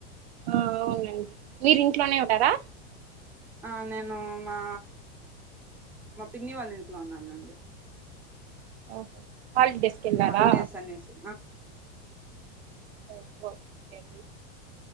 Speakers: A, on the right; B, in the centre.
A: ఆ అవునండి మీరు ఇంట్లోనే ఉన్నారా
B: ఆ నేను మా మా పిన్ని వాళ్ళ ఇంట్లో ఉన్నానండి
A: ఓహో హాలిడేస్ కి వెళ్ళారా
B: హాలిడేస్ అనేసి
A: ఓకే అండి